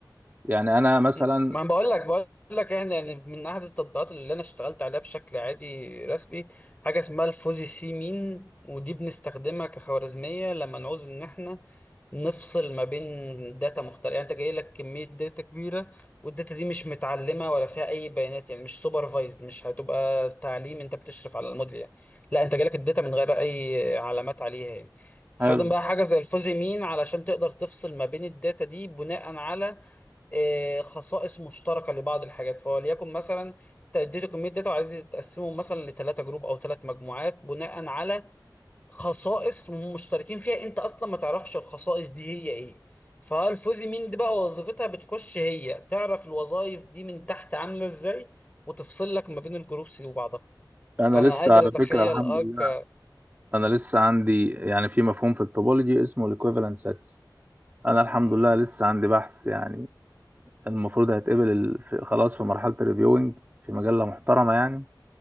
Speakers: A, on the right (about 25°); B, on the left (about 20°).
A: يعني انا مثلا
B: مم. ما انا بقول لك بقول لك احنا يعني من احد التطبيقات اللي انا اشتغلت عليها بشكل عادي رسمي حاجه اسمها الفوزي سي مين ودي بنستخدمها كخوارزميه لما نعوز ان احنا نفصل ما بين داتا مختلفه يعني انت جاي لك كميه داتا كبيره والداتا دي مش متعلمه ولا فيها اي بيانات يعني مش سوبرفايزد مش هتبقى تعليم انت بتشرف على الموديل يعني لا انت جالك الداتا من غير اي علامات عليها يعني تستخدم
A: حلو
B: بقى حاجه زي الفوزي مين علشان تقدر تفصل ما بين الداتا دي بناء على آه، خصائص مشتركه لبعض الحاجات فوليكن مثلا تديتوا كميه داتا وعايزين تقسمهم مثلا لثلاثه جروب او ثلاث مجموعات بناء على خصائص مشتركين فيها انت اصلا ما تعرفش الخصائص دي هي ايه فالفوزي مين دي بقى وظيفتها بتخش هي تعرف الوظائف دي من تحت عامله ازاي وتفصل لك ما بين الجروبس دي وبعضها
A: انا
B: فانا
A: لسه
B: قادر
A: على
B: اتخيل
A: فكرة الحمد
B: اه
A: لله
B: ك-
A: انا لسه عندي يعني في مفهوم في التوبولوجي اسمه الايكويفالنت سيتس انا الحمد
B: مم.
A: لله لسه عندي بحث يعني المفروض هيتقبل ال- في- خلاص في مرحلة الريفيوينج في مجلة محترمة يعني